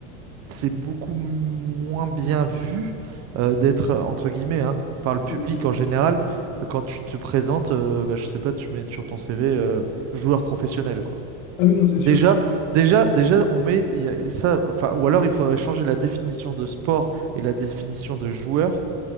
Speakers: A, on the right; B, on the left.
A: c'est beaucoup moins bien vu euh, d'être, euh, entre guillemets, hein, par le public
B: Mhm.
A: en général, euh, quand tu te présentes, euh, bah, je sais pas, tu mets sur ton CV euh, joueur professionnel, quoi.
B: Ah oui, non, c'est sûr.
A: Déjà,
B: Ah,
A: déjà, déjà, on met il y a- ça, enfin, ou alors il faudrait changer la définition de sport et la définition de joueur